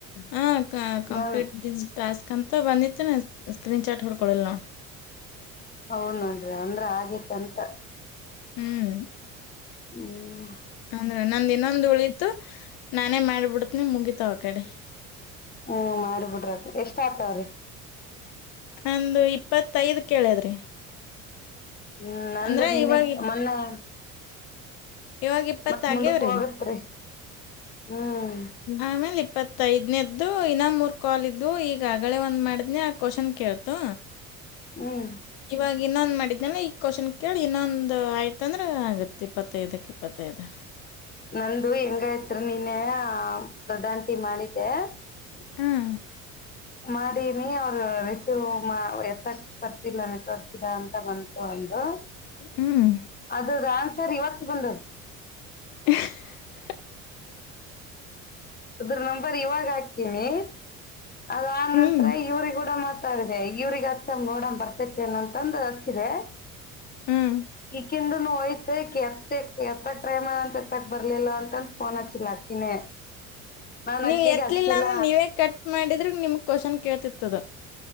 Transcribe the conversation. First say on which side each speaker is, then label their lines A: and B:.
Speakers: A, on the left; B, on the left.
A: ಹಾ ಕಂಪೇಟ್
B: ಬನ್
A: <unintelligible> ಸ್ಕಂತ ಬಂದಿತೇನೆ ಸ್ಕ್ರೀನ್ ಚಾಟ್ ಹೊೋಡ್ ಕೊಳ್ಳ ನಾ <unintelligible>
B: ಹೌ ನೋಡ್ರಿ ಅಂದ್ರ ಆಗಿತ್ತಂತ
A: ಹ್ಮ್
B: ಹ್ಮ್
A: ಅಂದ್ರೆ ನಂದಿ ಇನ್ನೊಂದು ಉಳಿತ್ತು ನಾನೇ ಮಾಡಿಬಿಡತ್ನಿ ಮುಗಿತಾವ ಆ ಕಡೆ
B: ಹ್ಮ್ ಮಾಡ್ಬಿಡ್ರ ಎಷ್ಟ ಆಗ್ತವ್ರಿ
A: ಒಂದು ಇಪ್ಪತ್ತೈದ ಕೇಳದ್ರಿ
B: ಹ್ಮ್ ನಂದು
A: ಅಂದ್ರ
B: ನಿನ್ನೆ
A: ಇವಾಗ್
B: ಮೊನ್ನೆ
A: ಇವಾಗ ಇಪ್ಪತ್ತ
B: ಮತ್ ಮುಂದಕ್
A: ಆಗ್ಯವ್ರಿ
B: ಹೋಗತ್ರಿ ಹ್ಮ್
A: ಆಮೇಲೆ ಇಪ್ಪತ್ತೈದ್ನೇದ್ದು ಇನ್ನ ಮೂರ್ ಕಾಲ್ ಇದ್ವು ಈಗ ಆಗಳೇ ಒಂದ್ ಮಾಡಿದ್ನ ಆ ಕ್ವಶನ್ ಕೇಳ್ತು
B: ಹ್ಮ್
A: ಇವಾಗ ಇನ್ನೊಂದ್ ಮಾಡಿದ್ನಲ್ಲ ಈ ಕ್ವಶನ್ ಕೇಳಿ ಇನ್ನೊಂದು ಆಯ್ತಂದ್ರೆ ಆಗತ್ ಇಪ್ಪತ್ತೈದಕ್ ಇಪ್ಪತ್ತೈದು
B: ನಂದು ಹೆಂಗಯತ್ರಿ ನೀನ್ನ ದೊಡಾಂತಿ ಮಾಡಿದ್ದೆ
A: ಹ್ಮ್
B: ಮಾಡಿನಿ ಅವ್ರ ರಸವ್ ಮಾ ಎಸಕ್ ಬರ್ತಿಲ್ಲ ನಿ ಅಂತ ಬಂತಂತು ಒಂದು
A: ಹ್ಮ್
B: ಅದ್ರ್ದ ಆನ್ಸರ್ ಇವತ್ತು ಬಂದ
A: ಹ <unintelligible>
B: ಅದ್ರ ನಂಬರ್ ಇವಾಗ ಹಾಕೀನಿ ಅದ
A: ಹ್ಮ್
B: ನಂತರ ಇವ್ರಿ ಕೂಡ ಮತ್ತ <unintelligible> ದೆ ಇವ್ರಿಗೆ <unintelligible> ನೋಡ ಬರ್ತೈತಿ ಅನಂತಂದು ರ <unintelligible> ಇ
A: ಹ್ಮ್
B: <unintelligible> ಅಕಿಂದುನು ಹೋಯ್ತು ಎತ್ ಎತ್ತಕ್ ಡ್ರೈಮರ್ ಅಂತ ಎತ್ತಕ್ ಬರ್ಲಿಲ್ಲ ಅಂತಂದ ಫೋನ್ ಹಚ್ಚಿಲ್ಲ ಅದ್ಕಿನೇ ನಾ
A: ನೀವ್
B: ಅಕಿಗಿ
A: ಎತ್ಲಿಲ್ಲ
B: ಅಚ್ಚಿಲ್ಲ
A: ಅಂದ್ರ ನೀವೇ ಕಟ್ ಮಾಡಿದ್ರ ನಿಮಗ್ ಕ್ವಶನ್ ಕೇಳ್ತಿತ್ತದ